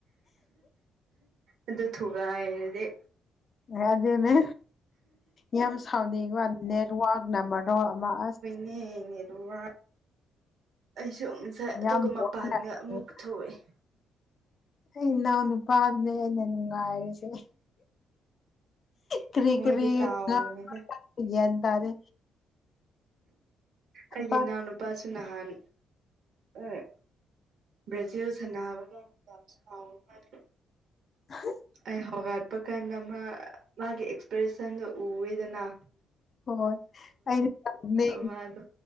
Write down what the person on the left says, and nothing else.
ꯉꯥꯗꯨꯅꯦ ꯌꯥꯝ ꯁꯥꯎꯅꯤꯡ ꯋꯥꯟ ꯅꯦꯠꯋꯥꯛꯅ ꯃꯔꯣꯟ ꯑꯃ ꯑꯁ
ꯌꯥꯝ
ꯋꯥꯅ ꯑꯩ
ꯑꯩ ꯏꯅꯥꯎ ꯅꯨꯄꯥ ꯑꯗꯨꯅꯦ ꯅꯨꯉꯥꯏꯔꯤꯁ ꯀꯔꯤ
ꯀꯔꯤ
<unintelligible> ꯑꯩ ꯒꯌ꯭ꯥꯟ ꯇꯥꯗꯦ ꯈꯨꯄꯥꯛ
ꯍꯥ
ꯍꯣꯏ ꯍꯣꯏ ꯑꯩꯅꯅꯦ